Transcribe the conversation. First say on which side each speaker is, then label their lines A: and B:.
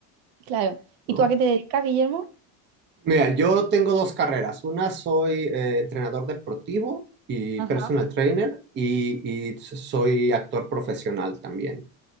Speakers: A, on the right (about 75°); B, on the right (about 30°).
A: Claro.
B: ¿no?
A: ¿Y tú a qué te dedicas, Guillermo?
B: Mira, yo tengo dos carreras. Una soy eh, entrenador deportivo y
A: Ajá.
B: personal trainer y, y soy actor profesional también.